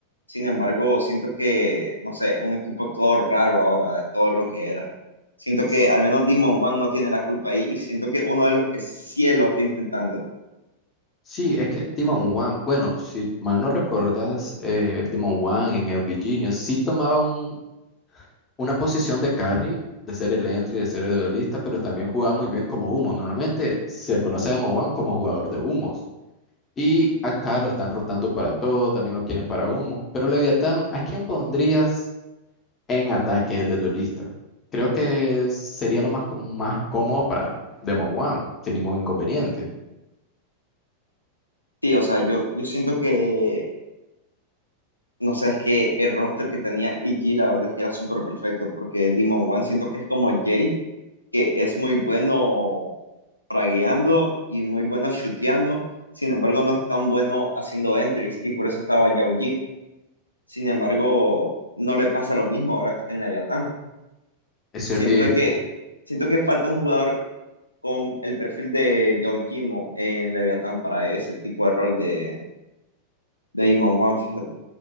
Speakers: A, on the left; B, on the left.
A: Sin embargo, siento que, no sé, un equipo todo raro ahora de todo lo que era. Siento que
B: S-
A: al menos Demon One no tiene la culpa ahí y siento que uno de los que sí lo está intentando.
B: Sí, es que Demon One, bueno, si mal no recuerdas, eh, Demon One en el Genius sí tomaba un- una posición de carry, de ser el entry, de ser el duelista, pero también jugaba muy bien como humo. Normalmente se conoce a Demon One como jugador de humos. Y acá lo están rotando para todo, también lo quieren para humo. Pero Leviatán, ¿a quién pondrías en ataque de duelista? Creo que sería lo más, com- más cómodo para Demon One, sin ningún inconveniente.
A: Sí, o sea, yo, yo siento que, no sé, es que el roster que tenía EG la verdad es que era súper perfecto porque Demon One siento que es como Jay que es muy bueno fragueando y muy bueno chuteando, sin embargo no es tan bueno haciendo entries y por eso estaba Yao Sin embargo, no le pasa lo mismo ahora que está en Leviatán.
B: Es
A: Siento
B: cierto, y este.
A: de que, siento que falta un jugador con el perfil de Yao en Leviatán para ese tipo de rol de, de Iman One, fíjate.